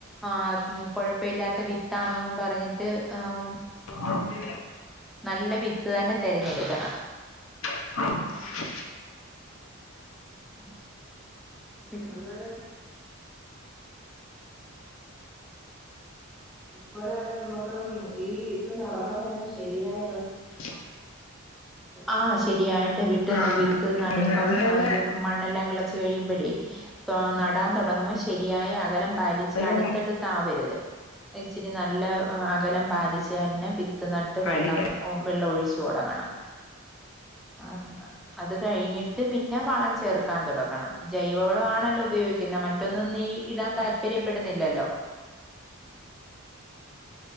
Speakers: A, in the centre; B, on the left (about 65°).
A: ആ് കൊഴപ്പയില്ലാത്ത വിത്താന്നൊന്നും പറഞ്ഞിട്ട് ഏം
B: ഒര്
A: നല്ല വിത്ത് തന്നെ തെരഞ്ഞെടുക്കണം
B: <inaudible>
A: ആഹ് ആഹ് ആ <unintelligible> അത്പോലെ തന്നെ നമക്ക് ഈ വിത്ത് നടന്ന തന്നെ ശരിയായ
B: ആഹ്
A: ആ ശെരിയായിട്ട് വിട്ട്
B: ആ
A: വിത്ത് നടുമ്പം
B: ഉം, അതുപോലെ
A: അത് മണ്ണെല്ലാം കിളച്ച് കഴിയുമ്പോഴേ നടാൻ തുടങ്ങുമ്പോൾ ശരിയായ അകലം പാലിച്ച്
B: സ്ഥലവും
A: അട്ത്തട്ത്ത് ആവര്ത് ഇച്ചിരി നല്ല അകലം പാലിച്ച് തന്നെ വിത്ത് നട്ട്
B: പാലിക്കണം
A: വെള്ളം വെള്ളം ഒഴിച്ചുടങ്ങണം അത് അത് കയ്ഞ്ഞിട്ട് പിന്നെ വളം ചേർക്കാൻ തൊടങ്ങണം. ജൈവവളം ആണല്ലോ ഉപയോഗിക്കുന്ന മറ്റൊന്നും ഒന്നും ഈ ഇടാൻ താല്പര്യപ്പെടുന്നില്ലല്ലോ?